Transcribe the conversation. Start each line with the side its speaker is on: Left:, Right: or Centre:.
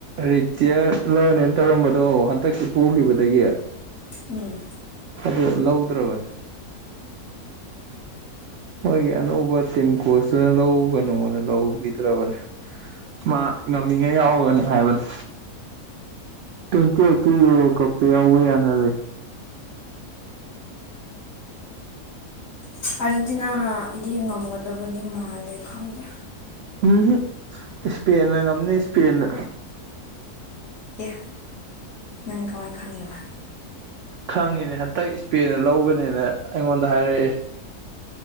Right: ꯔꯤꯇꯤꯌꯔ ꯂꯧꯅꯦꯅ ꯇꯧꯔꯝꯕꯗꯣ ꯍꯟꯗꯛꯀꯤ ꯄꯣꯈꯤꯕꯗꯒꯤ
Left: ꯎꯝ
Right: ꯑꯗꯨ ꯂꯧꯗ꯭ꯔꯕꯅꯦ ꯃꯣꯏꯒꯤ ꯑꯅꯧꯕ ꯇꯤꯝ ꯀꯣꯁꯇꯨꯅ ꯂꯧꯒꯅꯨꯅ ꯂꯧꯈꯤꯗ꯭ꯔꯕꯅꯦ ꯃꯥ ꯉꯝꯃꯤꯉꯩ ꯌꯥꯎꯒꯅꯤ ꯍꯥꯏꯕꯅꯦ ꯇ꯭ꯋꯦꯟꯇꯤ ꯑꯩꯠꯇꯤ ꯌꯣ ꯀꯞꯇ ꯌꯥꯎꯕ ꯌꯥꯅꯔꯦ
Left: ꯑꯔꯤꯦꯟꯇꯤꯅꯥꯅꯗꯤ ꯉꯝꯒꯗꯕꯗꯤ ꯃꯥꯜꯂꯦ ꯈꯪꯗꯦ
Right: ꯝ ꯏꯁꯄꯦꯟꯅ ꯉꯝꯅꯤ ꯏꯁꯄꯦꯟꯅ
Left: ꯑꯦ ꯅꯪ ꯀꯃꯥꯏꯅ ꯈꯪꯉꯤꯕ
Right: ꯈꯪꯉꯤꯅꯦ ꯍꯟꯇꯛ ꯏꯁꯄꯦꯟꯅ ꯂꯧꯒꯅꯦꯅ ꯑꯩꯉꯣꯟꯗ ꯍꯥꯏꯔꯛꯑꯦ